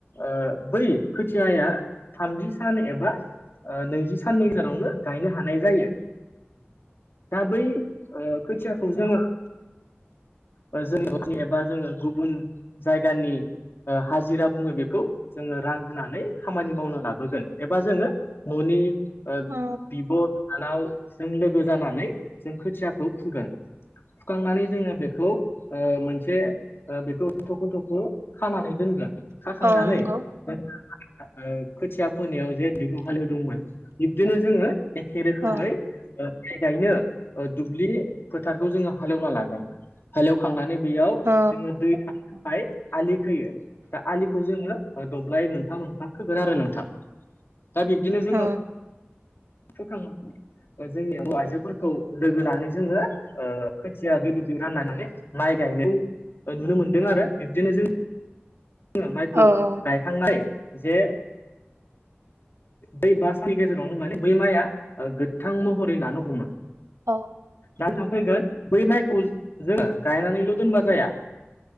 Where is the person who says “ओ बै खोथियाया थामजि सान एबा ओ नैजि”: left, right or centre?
Left